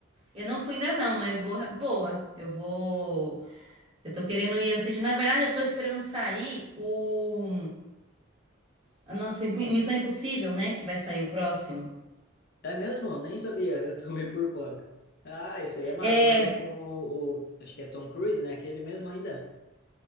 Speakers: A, on the right; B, on the left.
A: Eu não fui ainda não, mas boa, boa. Eu vou. Eu tô querendo ir assistir. Na verdade, eu tô esperando sair o a nossa Imp- Missão Impossível, né? Que vai sair o próximo.
B: É mesmo? Nem sabia, <laughs> eu tô meio por fora. Ah, isso aí é massa,
A: É,
B: mas é com o, o- acho que é Tom Cruise, né? Aquele mesmo ainda?